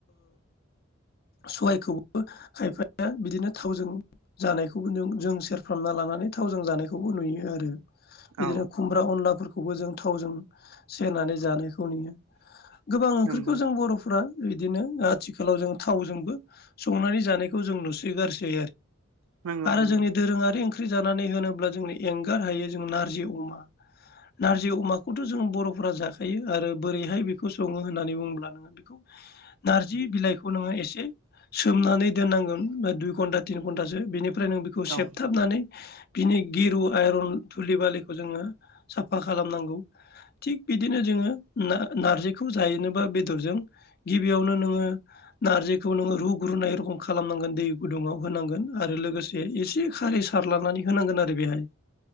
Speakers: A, on the left (about 45°); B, on the right (about 85°).
A: सबायाइखौबो खायफाया बिदिनो थावजों जानायखौबो जों जों सेरफ्रामना लानानै थावजों जानायखौबो नुयो आरो बिदिनो
B: औ
A: खुमब्रा अनलाफोरखौबो जों थावजों सेरनानै जानायखौ नुयो गोबां ओंख्रिखौ
B: नंगौ
A: जों बर' फ्रा बिदिनो आथिखालाव जों थावजों बो संनानै जानायखौ जों नुसो गारसै
B: नंगौ
A: आरो
B: नंगौ
A: जोंनि दोरोङारि ओंख्रि जानानै होनोब्ला जोंनो एंगार हायो जों नारजि अमा नारजि अमाखौथ' जों बर'फोरा जाखायो आरो बोरैहाय बेखौ सङो होननानै बुंब्ला बेखौ नारजि बिलाइखौ नोङो एसे सोमनानै दोननांगोन दुइ घन्टा तिन घन्टासो बेनिफ्राय नों बेखौ सेबथाबनानै
B: औ
A: बिनि गिरु आइरन थुलि बालिखौ जोङो साफा खालामनांगौ। थिग बिदिनो जोङो ना नार्जिखौ जायोनोबा बेदरजों गिबियावनो नोङो नारजि खौ नोङो रुगोरनाय रखम खालाम नांगोन दै गुदूंआव होनागोन आरो लोगोसे एसे खारैजों सार लानानै होनांगोन आरो बेहाय।